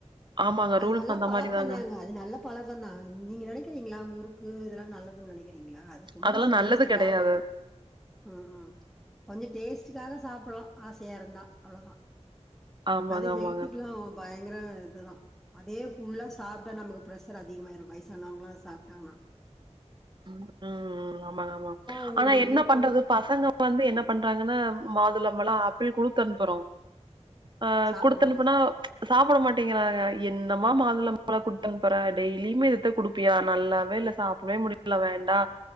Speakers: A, on the right (about 40°); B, in the centre.
A: ஆமாங்க.
B: அது
A: ரூல்ஸ்
B: நல்லா
A: அந்த
B: பழக்கந்தாங்க
A: மாரி தாங்க.
B: இது நல்ல பழக்கந்தா நீங்க நெனைக்கிறீங்ளா முறுக்கு இதெல்லா நல்லதுன் நெனைக்கிறீங்ளா அது சும்மா
A: அதெல்லாம் நல்லது
B: டேஸ்ட்டுக்காக
A: கெடையாது.
B: கொஞ்சோ ம் ஹூம் கொஞ்சொ டேஸ்டுகாக சாப்பட்லா ஆசையா இருந்தா அவ்ளதா
A: ஆமாங்க,
B: அது ஹெல்த்திக்கில்லா
A: ஆமாங்க.
B: பயங்கர இதுதா அதே ஃபுல்லா சாப்ட்டா நமக்கு ப்ரெஷர் அதிகமாயிரு வயசானவங்களா அத சாப்ட்டாங்ன்னா
A: ம் ம் ம் ஆமாங்க ஆமாங்
B: உங்களுடைய
A: ஆனா என்ன
B: விருப்பம்
A: பண்றது பசங்க இப்ப வந்து என்ன பண்றாங்கனா மாதுளம்பழோ ஆப்பிள் குடுத்து அனுப்புறோ ஆ
B: சாப்ட
A: குடுத்துனுப்புனா
B: மாட்டாங்க
A: சாப்ட மாட்டேங்கிறாங்க என்னமா மாதுள பழ குடுத்தனுப்புற டெய்லியுமே இதுத்தா குடுப்பியா நல்லாவே இல்ல சாப்பிடவே முடிய இல்ல வேண்டா